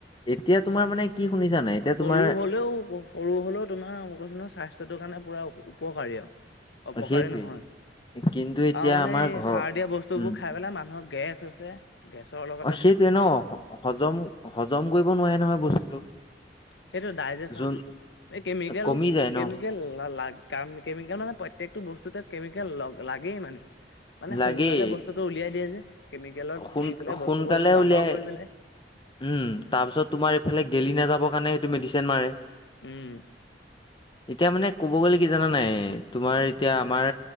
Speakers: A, on the left; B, on the left.
A: এতিয়া তোমাৰ মানে
B: সৰু
A: কি শুনিছা নাই এতিয়া তোমাৰ
B: হলেও হব। সৰু হ'লেও তোমাৰ মোই কৈছো না স্বাস্থ্যটোৰ কাৰণে পূৰা উপকাৰী আৰু। অপকাৰে
A: সেইটোৱে
B: নহয়
A: কিন্তু এতিয়া
B: আৰু মানে
A: আমাৰ
B: এই
A: ঘৰৰ
B: সাৰ দিয়া বস্তুবোৰ
A: উম
B: সেইকাৰণে মানুহৰ গেছ হৈছে। গেছৰ অলপ
A: অ'সেইটোয়ে ন হজম হজম কৰিব নোৱাৰে নহয় বস্তুটো।
B: সেইটো ডাইজেশন শক্তি
A: যোন
B: এই কেমিকেল
A: কমি যায়
B: কেমিকেল
A: ন
B: লা লাগ কেমিকেল মানে প্ৰত্যেকটো বস্তুতে কেমিকেল লাগেই মানে মানে
A: লাগেই
B: সোনকালে বস্তু। বস্তুটো উলিয়াই দিয়ে যে কেমিকেলত
A: সোন
B: দি পেলাই
A: সোনকালে
B: বস্তুবোৰটো ডাঙৰ
A: উলিয়াই
B: কৰি পেলাই।
A: উম,। তাৰ পিছত তোমাৰ এইফালে গেলি নাযাবৰ কাৰণে সেইটো মেডিচিন মাৰে
B: উম,
A: এতিয়া মানে ক'ব গ'লে কি জানা নে নাই তোমাৰ এতিয়া আমাৰ